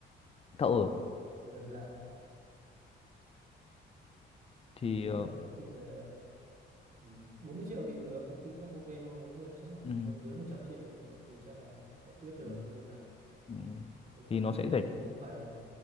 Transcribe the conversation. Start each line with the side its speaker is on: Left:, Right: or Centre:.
Left: thợ
Right: bây giờ đi làm
Left: thì
Right: tính
Left: ờ,
Right: là có khi về ừ, 40 triệu thì được công ty chắc ok thôi 40 chắc là
Left: ừ,
Right: muốn dưới 100 triệu thì, chắc- thì chắc là sẽ quyết được
Left: ừ,
Right: cái vụ này
Left: ừ,
Right: có
Left: thì
Right: có
Left: nó
Right: khi
Left: sẽ
Right: là
Left: giải
Right: nhưng cũng phải